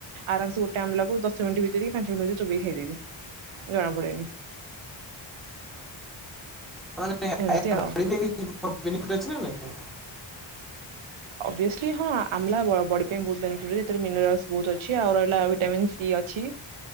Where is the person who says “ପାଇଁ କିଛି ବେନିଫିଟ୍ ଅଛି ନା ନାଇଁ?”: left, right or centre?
Centre